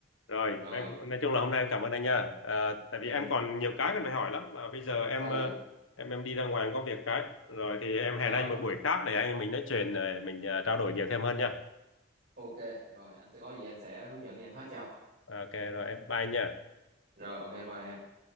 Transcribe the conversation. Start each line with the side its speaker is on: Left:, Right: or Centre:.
Left: Rồi,
Right: rồi
Left: em nói chung là hôm nay em cảm ơn anh nha. Ờ, tại
Right: ừ
Left: vì em còn nhiều cái cần phải hỏi lắm mà bây giờ em
Right: ừ
Left: ờ, em em đi ra ngoài em có việc cái. Rồi thì em hẹn
Right: rồi
Left: anh một buổi khác để anh em mình nói chuyện ờ, mình ờ, trao đổi nhiều thêm hơn nha.
Right: ok rồi anh sẽ có gì anh sẽ hướng dẫn cho em hết cho
Left: Ok rồi, em bye nha.
Right: rồi ok bye em